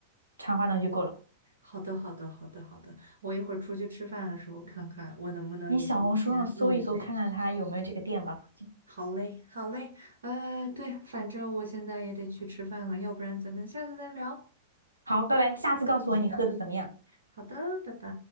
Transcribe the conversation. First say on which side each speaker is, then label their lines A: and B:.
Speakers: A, on the right; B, on the right.
A: 茶花糖就够了。
B: 好的，好的，好的，好的。我一会儿出去吃饭的时候看看，我能不能也今天弄一杯。
A: 你小红书上搜一搜，看看它有没有这个店吧，附近。
B: 好嘞，好嘞，呃，对，反正我现在也得去吃饭了，要不然咱们下次再聊。
A: 好，拜拜，下次告诉我你喝的怎么样。
B: 嗯，好的，拜拜。